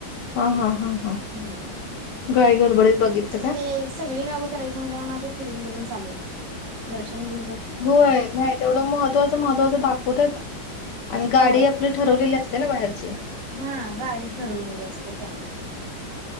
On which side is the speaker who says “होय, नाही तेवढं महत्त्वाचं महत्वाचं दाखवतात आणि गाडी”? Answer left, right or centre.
Left